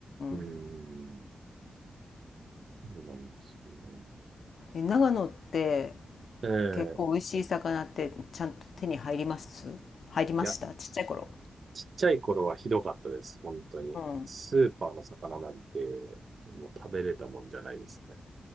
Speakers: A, on the right; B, on the left.
A: うーん。
B: ん。
A: そうなんですよね。
B: え、長野って
A: ええ
B: 結構美味しい魚ってちゃんと手に入ります入りましたちっちゃい頃。
A: いや、ちっちゃい頃はひどかったです。本当に。
B: うん。
A: スーパーの魚なんて、もう食べれたもんじゃないですね。